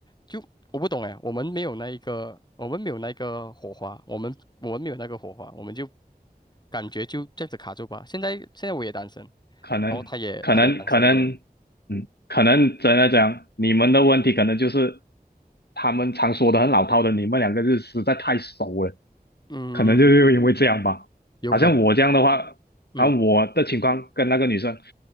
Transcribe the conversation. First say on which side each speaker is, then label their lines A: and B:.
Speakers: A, on the left; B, on the left.
A: 就我不懂哎，我们没有那一个，我们没有那个火花，我们我们没有那个火花，我们就感觉就这样子卡住吧。现在现在我也单身，
B: 可能可能可能，
A: 然后他也他也单身嘛，
B: 嗯，可能真的讲，你们的问题可能就是他们常说的很老套的，你们两个是实在太熟了，
A: 嗯，
B: 可能就是因为这样吧。
A: 有可能，
B: 好像我这样的话，
A: 嗯
B: 啊，我的情况跟那个女生，